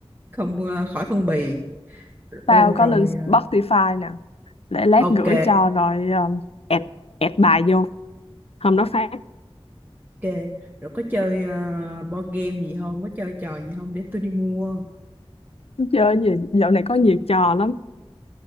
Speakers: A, on the right (about 20°); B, on the left (about 75°).
A: không ờ, khỏi phân bì
B: tao
A: ô rồi
B: có lên Spotify
A: ờ,
B: nè để lát
A: ok
B: gửi cho rồi um, add, add bài vô hôm đó phát
A: ok rồi có chơi ờ, board game gì không có chơi trò gì không để tôi đi mua
B: chơi cái gì dạo này có nhiều trò lắm